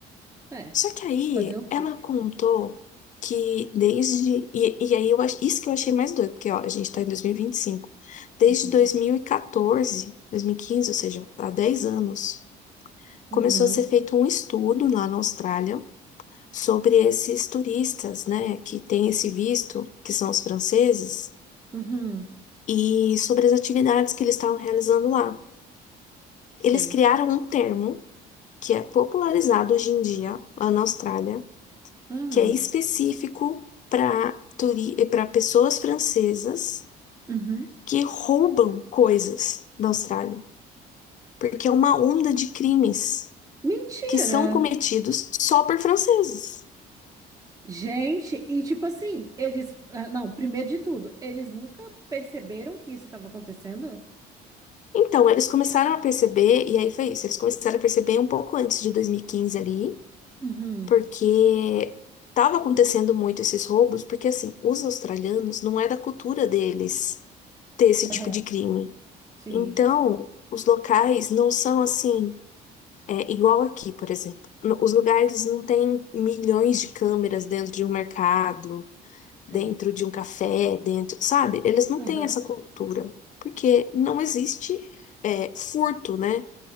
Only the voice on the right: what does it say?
é,
fazer o quê?
Uhum,
uhum,
uhum,
sei.
Ah,
uhum.
Mentira!
Gente, e tipo assim, eles. ah, Não, primeiro de tudo, eles nunca perceberam que isso estava acontecendo?
Uhum.
Aham.
Sim,
sei.
Aham.